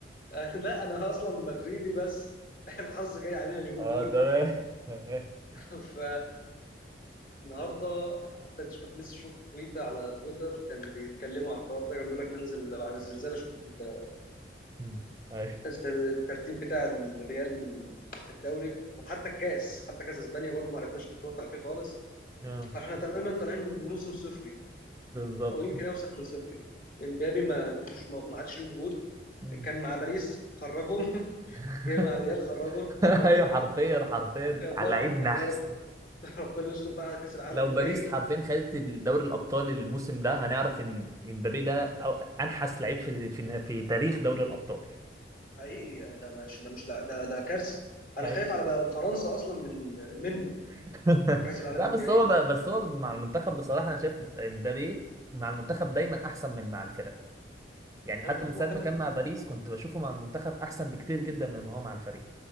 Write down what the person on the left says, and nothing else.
<laughs> لا انا اصلا مدريدي بس <laughs> الحظ جاي علينا اليومين
دول
<laughs> ف النهارده حتى كنت لسه شفت تويته على تويتر كان بيتكلموا على الحوار ده كان بيقول لك ننزل بعد الزلزال اشوف ال-
الترتيب بتاع الريال من في الدوري وحتى الكاس حتى كاس اسبانيا برضو ما عرفناش نتوفق فيه خالص
فاحنا تقريبا طالعين بموسم صفري
او يمكن اوسخ من صفري امبابي ما لوش ما عادش له وجود
كان مع باريس خرجهم <laughs>
جاي مع الريال خرجهم خرجنا
يلا
يعني
يا رب <laughs> ربنا يستر بقى على كاس العالم
الجاي
حقيقي ده مش ده مش لا ده ده كارثه انا
خايف على بقى فرنسا اصلا من منه
في كاس العالم
الجاي
طيب ما
هو
كان